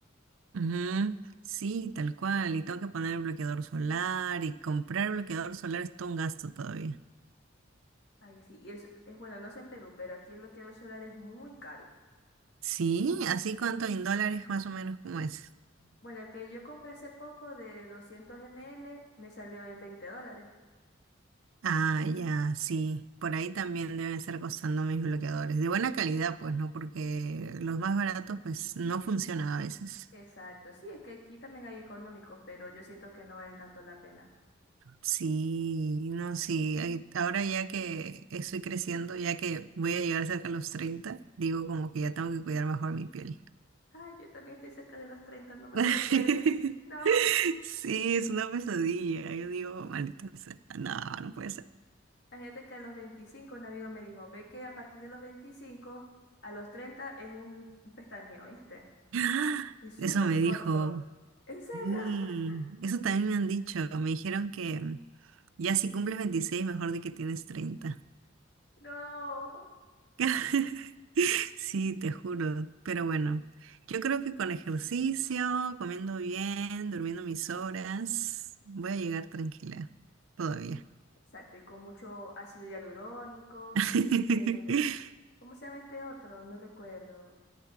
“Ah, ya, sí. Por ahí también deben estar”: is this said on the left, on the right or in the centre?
Right